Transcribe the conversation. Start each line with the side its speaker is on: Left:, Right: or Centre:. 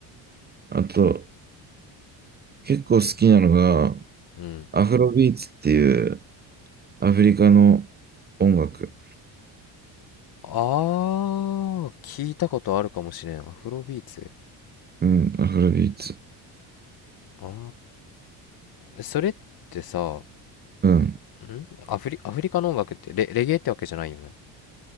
Right: あと、結構好きなのが、
Left: うん。
Right: アフロビーツっていうアフリカの音楽。
Left: ああ、聞いたことあるかもしれん。アフロビーツ。
Right: うん、アフロビーツ。
Left: ああ、それってさ、
Right: うん。
Left: んアフリ、アフリカの音楽ってレ、レゲエってわけじゃないよね。